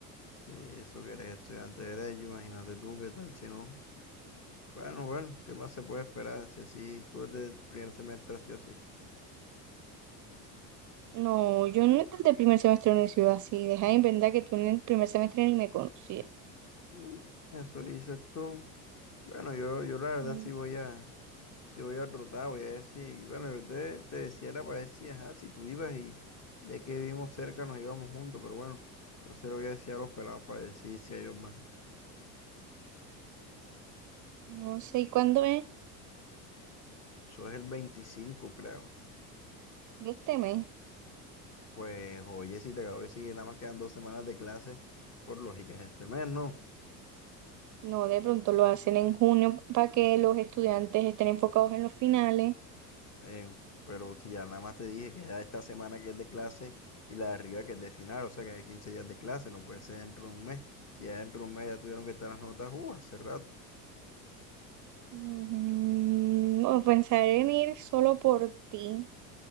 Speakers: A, on the left (about 30°); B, on the right (about 40°).
A: si eso que eres estudiante de Derecho, imagínate tú qué tal si no. Bueno, bueno, ¿qué más se puede esperar? Si así tú desde el primer semestre, sí o sí.
B: No, yo no entré el primer semestre de la universidad así, deja de inventar que tú en el primer semestre ni me conocías.
A: Mm, Eso dices tú. Bueno, yo, yo la verdad
B: No,
A: sí voy a, Si voy a rotar, voy a decir, bueno, yo te, te decía era para decir, ajá, si tú ibas y ya que vivimos cerca nos íbamos juntos, pero bueno, entonces le voy a decir a los pelados para decir si si ellos van.
B: no sé, ¿y cuándo es?
A: Eso es el 25 creo.
B: ¿De este mes?
A: Pues oye, si te acabo de decir, nada más quedan dos semanas de clase, por lógica es este mes, ¿no?
B: No, de pronto lo hacen en junio para que los estudiantes estén enfocados en los finales.
A: Eh, pero si ya nada más te dije que ya esta semana que es de clase y la de arriba que es de final, o sea que hay 15 días de clase, no puede ser dentro de un mes. Si ya dentro de un mes ya tuvieron que estar las notas, uh, hace rato.
B: Mm, o pensar en ir solo por ti.